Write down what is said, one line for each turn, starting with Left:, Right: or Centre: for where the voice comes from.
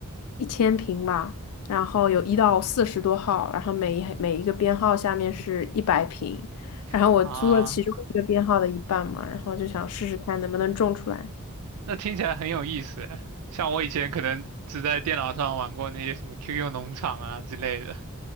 Left: 一千平吧，然后有一到四十多号，然后每一每一个编号下面是一百平，然后我租了其中一个编号的一半嘛，
Right: 啊，
Left: 然后就想试试看能不能种出来。
Right: 那听起来很有意思。像我以前可能只在电脑上玩过那些什么 QQ 农场啊之类的。